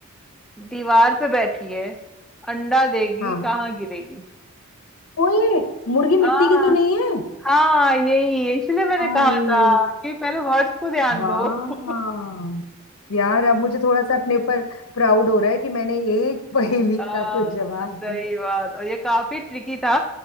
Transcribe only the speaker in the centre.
दीवार पे बैठी है अंडा देगी
कहाँ गिरेगी
हाँ
हाँ यही है इसलिए मैंने
कहा था कि पहले वर्ड्स को ध्यान
दो <laughs>
आ,
सही
बात और ये काफी ट्रिकी था